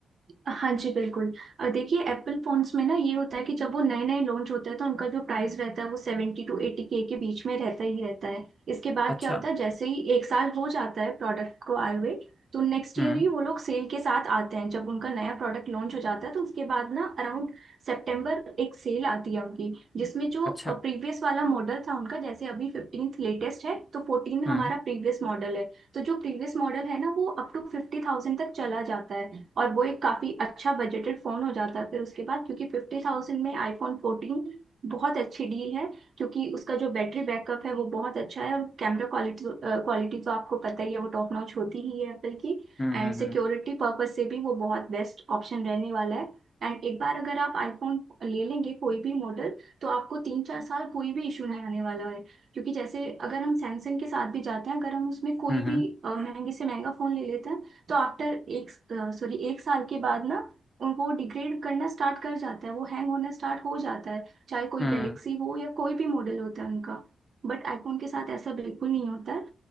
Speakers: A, on the right; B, on the left.
A: हाँ जी बिल्कुल अ, देखिए एप्पल फोन्स में ना ये होता है कि जब वो नए नए लॉन्च होता है तो उनका जो प्राइस रहता है वो सेवेंटी टू एटी के के बीच में रहता ही रहता है इसके बाद
B: अच्छा
A: क्या होता है जैसे ही एक साल हो जाता है प्रोडक्ट को आए हुए तो नेक्स्ट
B: हम्म
A: ईयर ही वो लोग सेल के साथ आते हैं जब उनका नया प्रोडक्ट लॉन्च हो जाता है तो उसके बाद ना अराउंड सितंबर एक सेल आती है उनकी जिसमें जो
B: अच्छा
A: प्रीवियस वाला मॉडल था उनका जैसे अभी फिफ्टीन लेटेस्ट है तो फोर्टीन
B: हम्म
A: हमारा प्रीवियस मॉडल है तो जो प्रीवियस मॉडल है ना वो अप टू फिफ्टी थाउजेंड तक चला जाता है और वो एक काफी अच्छा बजटेड फोन हो जाता है फिर उसके बाद क्योंकि फिफ्टी थाउजेंड में आईफोन फोर्टीन बहुत अच्छी डील है क्योंकि उसका जो बैटरी बैकअप है वो बहुत अच्छा है और कैमरा क्वालिटी क्वालिटी तो आपको पता ही है वो टॉप नॉच होती ही है एप्पल की
B: हम्म
A: एंड
B: हम्म
A: सिक्योरिटी पर्पज से भी वो बहुत बेस्ट ऑप्शन रहने वाला है एंड एक बार अगर आप आईफोन ले लेंगे कोई भी मॉडल तो आपको तीन चार साल कोई भी इशू नहीं आने वाला है क्योंकि जैसे अगर हम सैमसंग के साथ भी जाते हैं अगर हम उसमें कोई
B: हम्म हम्म
A: भी अ, महंगे से महंगा फोन ले लेते हैं तो आफ्टर एक सॉरी एक साल के बाद ना उनको डिग्रेड करना स्टार्ट कर जाता है वो हैंग होना स्टार्ट हो जाता है चाहे कोई
B: हम्म।
A: गैलेक्सी हो या कोई भी मॉडल होता है उनका बट आईफोन के साथ ऐसा बिल्कुल नहीं होता है